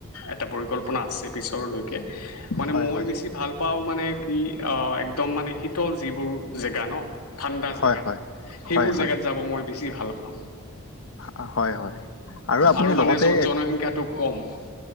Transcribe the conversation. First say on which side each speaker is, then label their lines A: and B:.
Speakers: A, on the left; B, on the left.
A: এটা পৰিকল্পনা আছে পিছলৈ । মানে
B: হয়
A: মই
B: হয়
A: বেছি ভাল পাও মানে একদম মানে শীতল যিবোৰ জেগা ন । ঠাণ্ডা
B: হয়
A: জেগা
B: হয়
A: সেইবোৰ
B: হয় হয়
A: জেগাত যাব মই বেছি ভাল পাও ।
B: আ, হয় হয় আপুনি
A: আৰু মানে
B: লগতে
A: য'ত জনসংখ্যাটো কম ।